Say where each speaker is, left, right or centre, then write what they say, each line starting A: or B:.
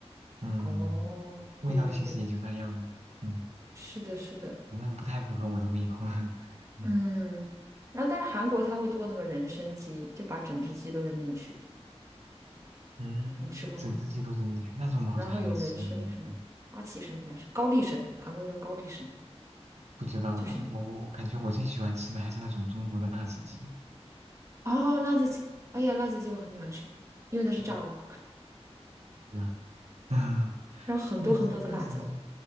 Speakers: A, on the right; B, on the right.
A: 嗯，
B: 哦，
A: 味道其实也就那样嘛，
B: 对对对，
A: 嗯，
B: 是的，是的，
A: 反正不太符合我的胃口，<laughs> 嗯
B: 嗯。然后，但是韩国他会做那个人参鸡，就把整只鸡都扔进去。
A: 嗯，
B: 你吃过吗？
A: 整只鸡都扔进去，那种我好像还没吃过，
B: 然后有人参什么花旗参应该是高丽参，
A: 嗯，
B: 韩国叫高丽参，
A: 不知道呢，
B: 就是
A: 我我我感觉我最喜欢吃的还是那种中国的辣子鸡，
B: 哦辣子鸡，哎呀辣子鸡我很喜欢吃，因为它是炸的，
A: 嗯，对吧？<laughs>
B: 然后很多很多的辣椒。
A: 辣子辣子鸡